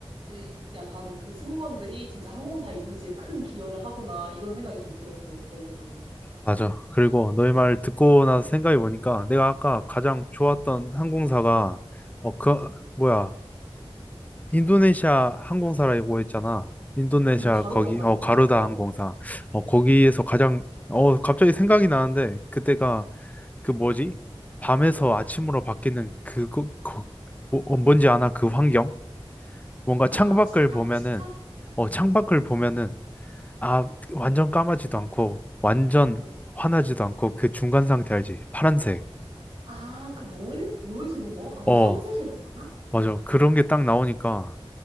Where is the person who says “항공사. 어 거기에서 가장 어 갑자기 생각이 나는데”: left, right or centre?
Left